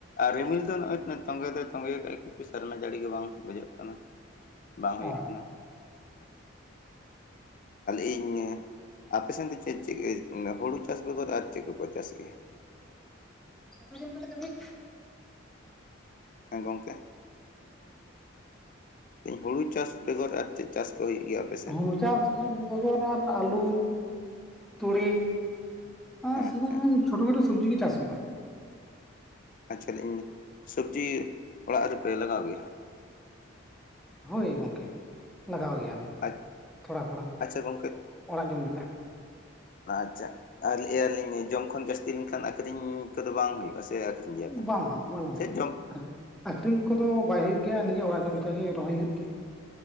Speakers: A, on the left; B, in the centre.
A: ᱟᱨ ᱨᱤᱢᱤᱞ ᱫᱚ ᱱᱚᱜᱼᱚᱭ ᱛᱚᱸᱜᱮ ᱫᱚᱭ ᱛᱚᱸᱜᱮ ᱟᱠᱟᱜ ᱠᱤᱱᱛᱩ ᱥᱮᱟᱨᱢᱟ ᱡᱟᱹᱲᱤ ᱜᱮ ᱵᱟᱝ ᱵᱩᱡᱷᱟᱹᱜ ᱠᱟᱱᱟ, ᱵᱟᱝ
B: ᱚ
A: ᱦᱩᱭᱩᱜ ᱠᱟᱱᱟ᱾ ᱟᱞᱮ ᱤᱧ ᱟᱯᱮᱥᱮᱫ ᱫᱚ ᱪᱮᱫ ᱪᱮᱫ ᱦᱩᱲᱩ ᱪᱟᱥ ᱵᱮᱜᱚᱨ ᱟᱨ ᱪᱮᱫ ᱠᱚᱠᱚ ᱪᱟᱥ ᱜᱮᱭᱟ?
B: ᱫᱟᱠᱟ ᱡᱚᱢ ᱠᱟᱛᱮ <inaudible>
A: ᱦᱮᱸ ᱜᱚᱢᱠᱮ᱾ ᱦᱩᱲᱩ ᱪᱟᱥ ᱵᱮᱜᱚᱨ ᱟᱨ ᱪᱮᱫ ᱪᱟᱥ ᱠᱚ ᱦᱩᱭᱩᱜ ᱜᱮᱭᱟ? ᱟᱯᱮᱥᱮᱱ
B: ᱦᱩᱲᱩ ᱪᱟᱥ ᱵᱮᱜᱚᱨ ᱟᱹᱞᱩ, ᱛᱩᱲᱤ, ᱟᱨ ᱥᱮᱨᱚᱠᱚᱢ
A: ᱟᱪᱪᱷᱟ
B: ᱪᱷᱳᱴᱳ ᱠᱷᱟᱴᱳ ᱥᱚᱵᱽᱡᱤ ᱜᱮ ᱪᱟᱥ ᱦᱩᱭᱩᱜᱼᱟ᱾
A: ᱟᱪᱪᱷᱟ ᱤᱧ ᱥᱚᱵᱽᱡᱤ ᱚᱲᱟᱜ ᱨᱮᱯᱮ ᱞᱟᱜᱟᱣ ᱜᱮᱭᱟ?
B: ᱦᱳᱭ ᱜᱚᱢᱠᱮ᱾ ᱞᱟᱜᱟᱣ ᱜᱮᱭᱟᱞᱮ᱾
A: ᱟᱪ
B: ᱛᱷᱚᱲᱟ ᱛᱷᱚᱲᱟ
A: ᱟᱪᱪᱷᱟ ᱜᱚᱢᱠᱮ
B: ᱚᱲᱟᱜ ᱡᱚᱢ ᱞᱮᱠᱟ
A: ᱟᱪᱪᱷᱟ, ᱟᱨ ᱞᱟᱹᱭᱼᱟᱞᱤᱧ ᱡᱚᱢ ᱠᱷᱚᱱ ᱡᱟᱹᱥᱛᱤ ᱞᱮᱱᱠᱷᱟᱱ ᱟᱹᱷᱨᱤᱧ ᱠᱚᱫᱚ ᱵᱟᱝ ᱦᱩᱭᱩᱜᱼᱟ ᱥᱮ᱾ ᱟᱠᱷᱨᱤᱧ ᱜᱮᱭᱟᱯᱮ
B: ᱵᱟᱝ ᱵᱟᱝ ᱵᱟᱝ ᱜᱚᱢᱠᱮ
A: ᱥᱮ ᱡᱚᱢ
B: ᱟᱨ ᱟᱠᱷᱨᱤᱧ ᱠᱚᱫᱚ ᱵᱟᱭ ᱦᱩᱭᱩᱜ ᱜᱮᱭᱟ᱾ ᱱᱤᱡᱮ ᱚᱲᱟᱜ ᱡᱚᱢ ᱞᱮᱠᱟᱜ ᱜᱮ ᱨᱚᱦᱚᱭ ᱦᱩᱭᱩᱜ ᱜᱮᱭᱟ᱾